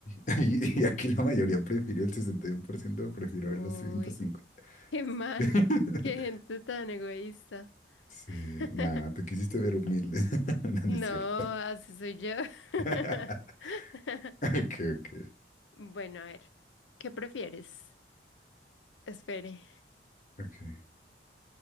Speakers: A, on the left; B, on the left.
A: <laughs> Y, y aquí la mayoría prefirió, el 61% prefirió
B: Uy,
A: los ciento cincuenta.
B: qué mal,
A: <laughs>
B: qué gente tan egoísta.
A: Sí,
B: <laughs>
A: nada, te quisiste ver humilde. <laughs> No,
B: No,
A: no es cierto.
B: así soy yo. <laughs>
A: <laughs> Ok, ok,
B: Bueno, a ver, ¿qué prefieres? Espere.
A: ok.